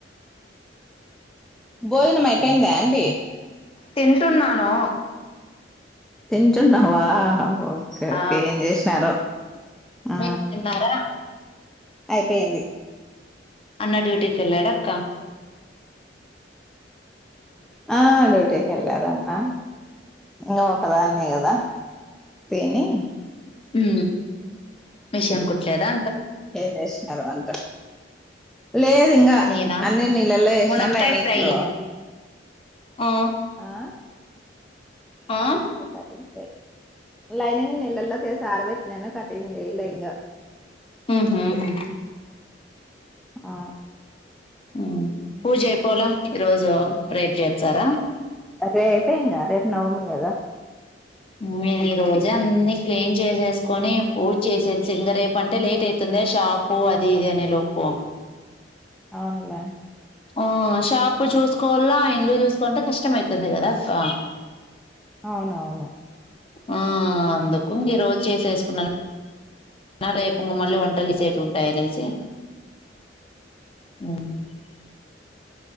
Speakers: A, in the centre; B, on the left (about 30°).
A: భోజనం అయిపోయిందా ఆంటీ.
B: తింటున్నానూ
A: తింటున్నా వా ఓకే ఓకే
B: ఆ
A: ఏం చేశినారో ఆ
B: మీరు తిన్నారా
A: అయిపోయింది
B: అన్న డ్యూటీకెల్లాడ అక్కా
A: ఆ డ్యూటీ ఎల్లారమ్మా ఇంగ ఒ క్క దాన్నే గదా తేనీ
B: ఊ మిషన్ కుట్ ట్లేదా
A: ఏం చేశినారు వంట. లేదు ఇంగా
B: నేనా
A: అన్నీ నీళ్ళల్లో ఏశిన
B: మునక్కాయ
A: లైనింగూ
B: ఫ్రై ఆ
A: ఆ
B: ఆ
A: కటింగ్ లైనింగ్ నీళ్ళల్లో కేసి ఆర బెట్టినాను కటింగ్ జెయ్యలే ఇంగా
B: ఊహూ
A: ఆ
B: ఊ పూజ అయిపోలా ఈ రోజూ రేప్ జేచ్చారా
A: రేపే ఇంగా రేపు నవమి గదా
B: నేను ఈ రోజే అన్నీ క్లీన్ చేసేసుకొనీ. పూజ చేసేసి ఇంగ రేపు అంటే లేట్ అయితుంది షాపూ అది ఇది అనే లోపు
A: అవునులే
B: ఆ షాపు చూసుకోవల్లా ఇన్లు చూసుకోంటే కష్టం అయితుంది గదా అక్కా.
A: అవునవును
B: ఆ అందుకు ఇంగ ఈ రోజ్ చేసేసుకున్నాను ఆ రేపు మళ్ళీ వంటల్ చేసేటివి ఉంటాయి అనేసి. ఊ